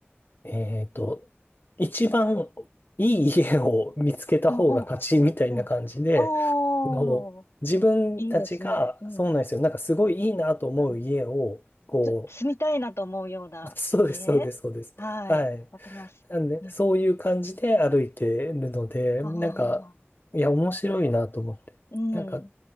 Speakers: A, on the left; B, on the left.
A: えっと、一番いい家を見つけた方が勝ちみたいな感じで、
B: あ、お、お、おー、
A: あの、自分たちが、
B: いいですね。うん。
A: そうなんですよ。なんかすごいいいなと思う家を、
B: うん。
A: こ
B: す、住みたいなと思うような家はい。
A: う、<laughs> そうです、そうです、そうです。はい。
B: わかります。
A: なんで、
B: うん。
A: そういう感じで歩いてるので、
B: ああ、
A: なんか、いや、面白いなと思って。
B: うん。
A: なんか、